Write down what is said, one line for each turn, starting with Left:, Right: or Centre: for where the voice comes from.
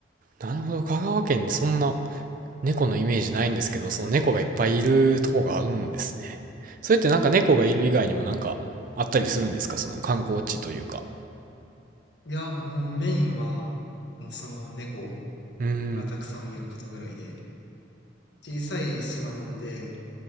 Right: あ、なるほど。香川県でそんな猫のイメージないんですけど、その猫がいっぱいいるとこがあるんですね。それってなんか猫がいる以外にもなんかあったりするんですかその観光地というか。
Left: うん。いや、もうメインは、もうその猫
Right: うーん。
Left: がたくさんいることぐらいで、小さい島なんで、